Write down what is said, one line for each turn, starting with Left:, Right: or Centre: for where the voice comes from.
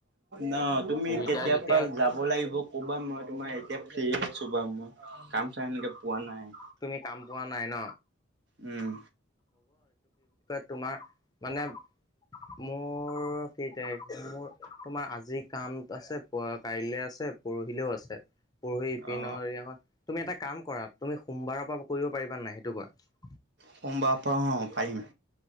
Right: ন তুমি
Left: দুইটাই
Right: কেতিয়া
Left: যেতিয়া
Right: পৰা যাব লাগিব, ক'বা মই তোমাৰ। এতিয়া ফিৰ আছো বাৰু মই কাম চাম এনেকে পোৱা নাই।
Left: তুমি কাম পোৱা নাই ন।
Right: উম।
Left: তোমাক মানে। মোৰ কেই তাৰিখ মোৰ তোমাৰ আজিৰ কাম আছে, প কাইলৈ আছে, পৰহিলেও আছে। পঢহি পিনৰ
Right: অ
Left: তুমি এটা কাম কৰা তুমি সোমবাৰৰ পৰা কৰিব পাৰিবা নাই সেইটো কোৱা।
Right: সোমবাৰ পৰা অ, পাৰিম।